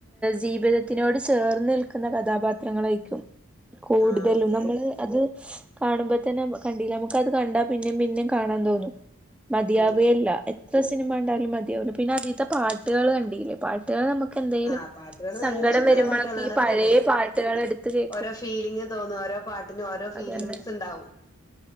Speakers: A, in the centre; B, on the left.
A: ജീവിതത്തിനോട് ചേർന്ന് നിൽക്കുന്ന കഥാപാത്രങ്ങളായിരിക്കും. കൂട്തലും
B: ആ അതെ
A: നമ്മള് അത് കാണുമ്പ തന്നെ കണ്ടീലെ നമ്മക്ക് അത് കണ്ടാ പിന്നെയും പിന്നയും കാണാൻ തോന്നും മതിയാവേ
B: ഉം
A: ഇല്ല. എത്ര സിനിമകണ്ടാലും മതിയാവില്ല. പിന്നെ അതീത്തെ പാട്ട്കള് കണ്ടില്ലേ പാട്ട് ട്ട്കള് നമ്മക്ക് എന്തെലുംസങ്കടം
B: ആഹ് പാട്ടുകള് നല്ല ഇഷ്ടമുള്ള
A: വരുമ്പോഴൊക്കെ
B: പാട്ടുകളാണ്
A: ഈ പഴയ
B: പണ്ട്
A: പാട്ട്കള് എടുത്ത് കേ
B: ഓരോ ഫീലിംങ് തോന്നും ഓരോ പാട്ടിന് ഓരോ ഫീലിംഗ്സ്
A: അതന്നെ
B: ഉണ്ടാവും